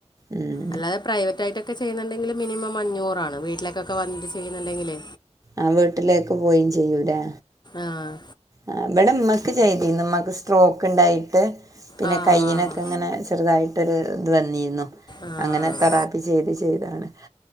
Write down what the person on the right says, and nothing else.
ഉം.
ആഹ് വീട്ട്ലേക്ക് പോയും ചെയ്യൂലെ.
ആഹ് ബടെ മ്മക്ക് ചെയ്തീന്നു മ്മാക്ക് സ്ട്രോക്ക്ണ്ടായിട്ട് പിന്നെ
കൈയ്യിനൊക്കെ
ങ്ങനെ ചെറുതായിട്ടൊരു ത് വന്നീന്നു.
അങ്ങനെ
തെറാപ്പി ചെയ്ത് ചെയ്താണ്